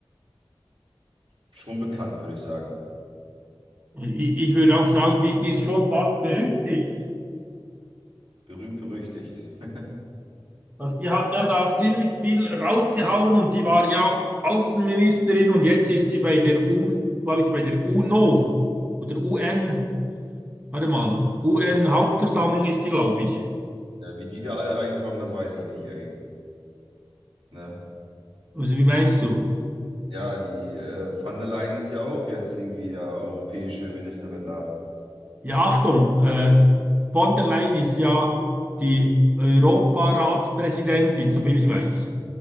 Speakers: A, on the right; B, on the right.
A: schon bekannt, würde ich sagen.
B: Ich, ich würde auch sagen, die, die ist schon fast berüchtigt.
A: Berühmt berüchtigt. <laughs>
B: Also die hat ja da ziemlich viel rausgehauen und die war ja Außenministerin und jetzt ist sie bei der UN, glaube ich, bei der UNO oder UN, warte mal, UN-Hauptversammlung ist die, glaube ich.
A: Ja, wie die da alle reinkommen, das weiß ich nicht, ey. Ne?
B: Also wie meinst du?
A: Ja, die äh, van der Leyen ist ja auch jetzt irgendwie da europäische Ministerin da.
B: Ja, Achtung, äh, von der Leyen ist ja die Europaratspräsidentin, soviel ich weiß.